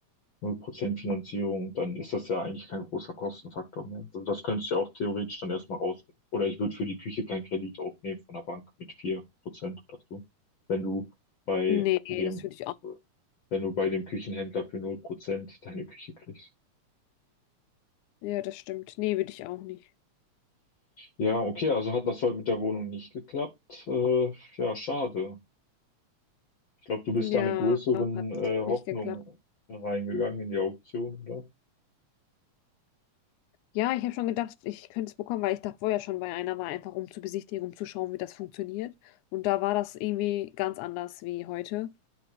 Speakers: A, on the left; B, on the left.
A: Null Prozent Finanzierung, dann ist das ja eigentlich kein großer Kostenfaktor mehr. Also das könntest du ja auch theoretisch dann erstmal raus. Oder ich würde für die Küche keinen Kredit aufnehmen von der Bank mit 4% oder so. Wenn du bei
B: Nee,
A: dem,
B: das würde ich auch.
A: wenn du bei dem Küchenhändler für null Prozent deine Küche kriegst.
B: Ja, das stimmt. Nee, würde ich auch nicht.
A: Ja, okay, also hat das heute mit der Wohnung nicht geklappt. Äh, ja, schade. Ich glaube, du bist da
B: Ja,
A: mit größeren
B: hat
A: äh, Hoffnungen
B: nicht geklappt.
A: reingegangen in die Auktion, oder?
B: Ja, ich habe schon gedacht, ich könnte es bekommen, weil ich da vorher schon bei einer war, einfach um zu besichtigen, um zu schauen, wie das funktioniert. Und da war das irgendwie ganz anders wie heute.